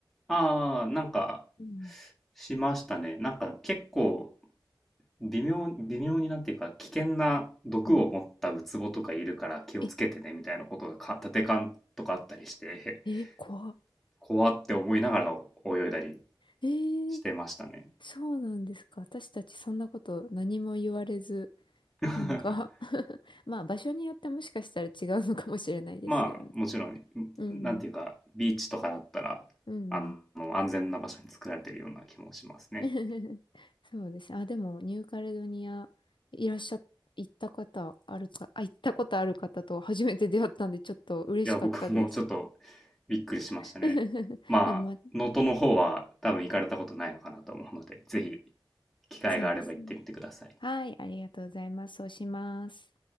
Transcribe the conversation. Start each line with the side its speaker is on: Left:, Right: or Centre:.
Centre: ああ、なんか、
Left: うん。
Centre: しましたね。なんか結構微妙、微妙になっていうか、危険な毒を持ったウツボとかいるから気をつけてね、
Left: うん。え、
Centre: みたいなことがか、立て看とかあったりして、
Left: え、
Centre: <laughs>
Left: 怖っ。
Centre: 怖って思いながら泳いだり
Left: えー、
Centre: してましたね。
Left: そうなんですか。私たちそんなこと何も言われず、
Centre: <laughs>
Left: なんか <laughs> まあ場所によってもしかしたら違うのかもしれないですけどね。
Centre: まあ、もちろん、
Left: うん。
Centre: なんていうか、ビーチとかだったら、
Left: うん。
Centre: あの、安全な場所に作られてるような気もしますね。
Left: <laughs> うんそうですね。あ、でもニューカレドニアいらっしゃ、行った方あるか、あ、行ったことある方と初めて出会ったんでちょっと嬉しかったです。
Centre: いや、僕もちょっとびっくりしましたね。
Left: <laughs>
Centre: まあ、
Left: でもまあ
Centre: 能登の方は多分行かれたことないのかなと思うので、ぜひ機会があれば行ってみてください。
Left: そうですね。はい、ありがとうございます。そうします。